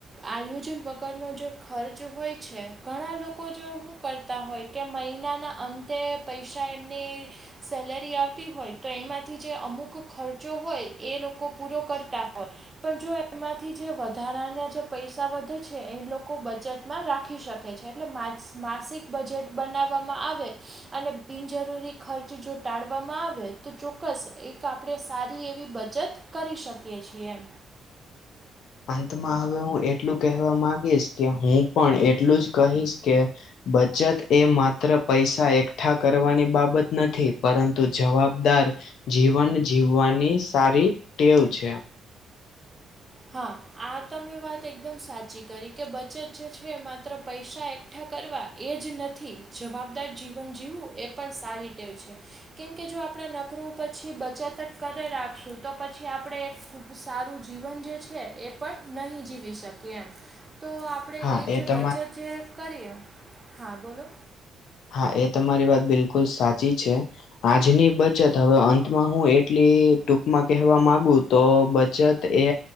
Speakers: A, on the right (about 25°); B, on the left (about 75°).
A: આયોજન વગરનો જો ખર્ચ હોય છે ઘણા લોકો જો કરતા હોય કે મહિનાના અંતે પૈસા એમની સેલેરી આવતી હોય તો એમાંથી જે અમુક ખર્ચો હોય એ લોકો પૂરો કરતા હોય પણ જો એમાંથી જે વધારાના જે પૈસા વધે છે એ લોકો બચત માં રાખી શકે છે એટલે મા માસિક બજટ બનાવવામાં આવે અને બિનજરૂરી ખર્ચ જો ટાળવામાં આવે તો ચોક્કસ એક આ. આપણે સારી એવી બચત કરી શકીએ છીએ એમ.
B: અંતમાં હવે હું એટલું કહેવા માંગીશ કે હું પણ એટલું જ કહીશ કે બચત એ માત્ર પૈસા એકઠા કરવાની બાબત નથી પરંતુ જવાબદાર જીવન જીવવાની સારી ટેવ છે.
A: હા આ તમે વાત એકદમ સાચી કરી કે બચત જે છે માત્ર પૈસા એક એકઠા કરવા એ જ નથી જવાબદાર જીવન જીવવું એ પણ સારી ટેવ છે. કેમકે જો આપણે નકરું પછી બચત કરે રાખશું તો પછી આપણેે એક સારું જીવન જે છે એ પણ નહીં જીવી શકીએ એમ તો આપણે
B: હા
A: એ જે
B: તમારી
A: બચત જે કરીએ હા બોલો
B: હા એ તમારી વાત બિલકુલ સાચી છે. આજની બચત હવે અંતમાં હું એટલી ટૂંકમાં કહેવા માંગુ તો બચત એ